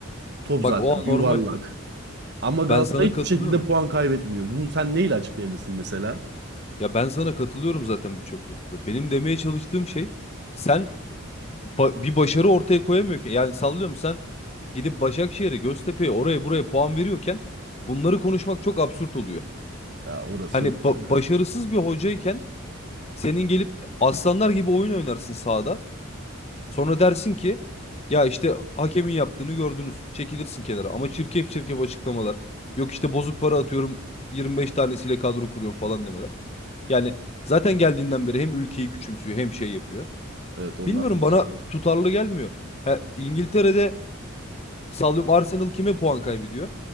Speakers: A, on the right; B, on the left.
A: Top
B: bak
A: zaten
B: o normal.
A: bir yuvarlak. Ama Galatasaray
B: Ben sana
A: hiçbir
B: katılıyorum.
A: şekilde puan kaybetmiyor. Bunu sen neyle açıklayabilirsin mesela?
B: Ya ben sana katılıyorum zaten birçok noktada. Benim demeye çalıştığım şey sen ba- bir başarı ortaya koyamıyorken yani sallıyorum sen gidip Başakşehir'e, Göztepe'ye oraya buraya puan veriyorken bunları konuşmak çok absürt oluyor.
A: Ya orası
B: Hani
A: öyle.
B: ba-
A: Evet,
B: başarısız bir hocayken Senin gelip aslanlar gibi oyun oynarsın sahada. Sonra dersin ki ya işte hakemin yaptığını gördünüz. Çekilirsin kenara. Ama çirkef çirkef açıklamalar. Yok işte bozuk para atıyorum 25 tanesiyle kadro kuruyorum falan demeler. Yani zaten geldiğinden beri hem ülkeyi küçümsüyor hem şey yapıyor.
A: evet onlar
B: Bilmiyorum
A: saçmalık.
B: bana tutarlı gelmiyor. Ha, İngiltere'de sallıyorum Arsenal kime puan kaybediyor?